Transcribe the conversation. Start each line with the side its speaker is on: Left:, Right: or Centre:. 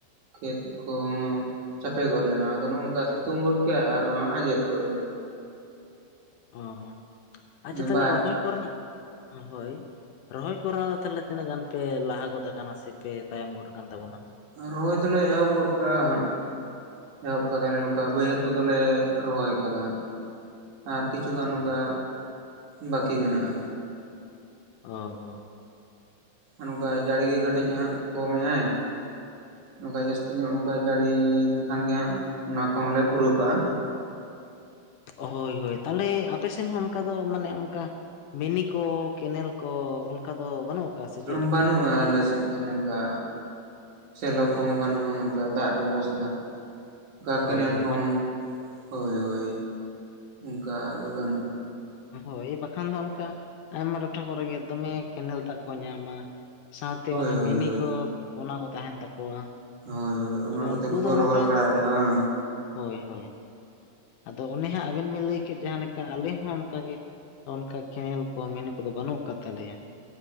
Right: ᱠᱷᱮᱛ ᱠᱚᱦᱚᱸ ᱾ ᱪᱟᱯᱮ ᱜᱚᱜᱞᱮᱱᱟ ᱟᱫᱚ ᱱᱚᱝᱠᱟ ᱥᱤᱛᱩᱝ ᱜᱚᱫ ᱠᱮ ᱟᱨᱚ ᱦᱟᱸᱜ ᱟᱡᱮᱫ ᱜᱚᱫ ᱮᱱᱟ ᱾
Left: ᱚ ᱟᱪᱪᱷᱟ
Right: ᱚᱱᱟ
Left: ᱛᱟᱦᱚᱞᱮ
Right: ᱵᱟᱭ
Left: ᱨᱚᱦᱚᱭ ᱠᱚᱨᱮ ᱦᱳᱭ ᱾ ᱨᱚᱦᱚᱭ ᱠᱚᱨᱮ ᱦᱚᱸ ᱫᱚ ᱛᱟᱦᱚᱞᱮ ᱛᱤᱱᱟᱹᱜ ᱜᱟᱱ ᱯᱮ ᱞᱟᱦᱟ ᱜᱚᱫ ᱟᱠᱟᱱᱟ ᱥᱮ ᱯᱮ ᱛᱟᱭᱚᱢ ᱜᱚᱫ ᱟᱠᱟᱱ ᱛᱟᱵᱚᱱᱟ ᱾
Right: ᱨᱚᱦᱚᱭ ᱫᱚᱞᱮ ᱮᱦᱚᱵ ᱜᱚᱫ ᱠᱟᱜᱼᱟ ᱦᱟᱸᱜ ᱾ ᱮᱦᱚᱵ ᱟᱠᱟᱫᱟᱞᱮ ᱱᱚᱝᱠᱟ ᱵᱟᱹᱭᱦᱟᱹᱲ ᱠᱚᱫᱚᱞᱮ ᱨᱚᱦᱚᱭ ᱟᱠᱟᱫᱟ ᱦᱟᱸᱜ ᱾ ᱟᱨ ᱠᱤᱪᱷᱩᱜᱟᱱ ᱱᱚᱝᱠᱟ
Left: ᱚ
Right: ᱵᱟᱹᱠᱤ ᱢᱮᱱᱟᱜᱼᱟ ᱾
Left: ᱚ ᱚ ᱾
Right: ᱱᱚᱝᱠᱟ ᱡᱟᱹᱲᱜᱮ ᱠᱟᱹᱴᱤᱡ ᱦᱟᱸᱜ ᱠᱚᱢᱮᱜᱼᱟᱭ ᱾ ᱱᱚᱝᱠᱟ ᱡᱟᱹᱥᱛᱤ ᱧᱚᱜ ᱱᱚᱝᱠᱟᱭ ᱡᱟᱹᱲᱤ ᱞᱮᱠᱷᱟᱱ ᱜᱮ ᱦᱟᱸᱜ ᱚᱱᱟ ᱠᱚᱦᱚᱸ ᱞᱮ ᱯᱩᱨᱟᱹᱣ ᱠᱟᱜᱼᱟ
Left: ᱦᱳᱭ ᱦᱳᱭ ᱛᱟᱦᱞᱮ ᱟᱯᱮᱥᱮᱱ ᱦᱚᱸ ᱚᱱᱠᱟ ᱫᱚ ᱢᱟᱱᱮ ᱚᱱᱠᱟ ᱢᱤᱱᱤ ᱠᱚ ᱠᱮᱱᱮᱞ ᱠᱚ ᱚᱱᱠᱟ ᱫᱚ ᱵᱟᱹᱱᱩᱜ <unintelligible>
Right: <unintelligible> ᱩᱢ
Left: ᱞᱮᱠᱟ?
Right: ᱵᱟᱹᱱᱩᱜᱼᱟ ᱟᱞᱮᱥᱮᱫ ᱫᱚ ᱱᱚᱝᱠᱟ ᱥᱮᱞᱚ ᱠᱚᱦᱚᱸ ᱵᱟᱹᱱᱩᱜᱼᱟ ᱱᱚᱝᱠᱟ ᱫᱟᱜ ᱨᱮ ᱵᱮᱵᱚᱥᱛᱟ <unintelligible> ᱚᱠᱟ
Left: ᱦᱳᱭ
Right: ᱠᱮᱱᱮᱞ
Left: ᱦᱳᱭ
Right: ᱠᱚᱦᱚᱸ
Left: ᱵᱟ
Right: ᱦᱳᱭ ᱦᱳᱭ ᱚᱱᱠᱟ ᱫᱚ ᱵᱟᱹᱱᱩᱜ
Left: ᱦᱳᱭ ᱵᱟᱠᱷᱟᱱ ᱫᱚ ᱚᱱᱠᱟ ᱟᱭᱢᱟ ᱴᱚᱴᱷᱟ ᱠᱚᱨᱮ ᱜᱮ ᱫᱚᱢᱮ ᱠᱮᱱᱮᱞ ᱫᱟᱜ ᱠᱚ ᱧᱟᱢᱟ ᱥᱟᱶᱛᱮ
Right: ᱦᱳᱭ
Left: ᱚᱱᱮ
Right: ᱦᱳᱭ
Left: ᱢᱤᱱᱤ
Right: ᱦᱳᱭ
Left: ᱠᱚ ᱚᱱᱟ ᱠᱚ ᱛᱟᱦᱮᱸᱱ ᱛᱟᱠᱚᱣᱟ
Right: ᱦᱳᱭ ᱦᱳᱭ ᱚᱱᱟ
Left: ᱟᱫᱚ
Right: ᱠᱚᱛᱮ
Left: ᱩᱱᱠᱩ
Right: ᱜᱮᱠᱚ
Left: ᱫᱚ
Right: ᱨᱚᱦᱚᱭ
Left: ᱚᱱᱠᱟ
Right: ᱵᱟᱲᱟᱭᱮᱜᱼᱟ ᱵᱟᱝ
Left: ᱦᱳᱭ ᱦᱳᱭ ᱟᱫᱚ ᱚᱱᱮ ᱦᱟᱸᱜ ᱟᱵᱤᱱ ᱵᱤᱱ ᱞᱟᱹᱭ ᱠᱮᱫ ᱡᱟᱦᱟᱸ ᱞᱮᱠᱟ ᱟᱞᱮ ᱦᱚᱸ ᱚᱱᱠᱟᱜᱮ ᱚᱱᱠᱟ ᱠᱮᱱᱮᱞ ᱠᱚ ᱢᱮᱱᱩ ᱠᱚᱫᱚ ᱵᱟᱹᱱᱩᱜ ᱟᱠᱟᱫ ᱛᱟᱞᱮᱭᱟ